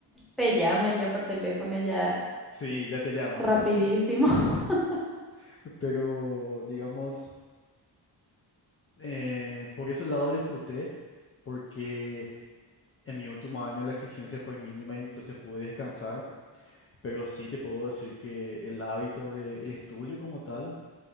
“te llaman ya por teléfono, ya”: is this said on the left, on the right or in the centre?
Centre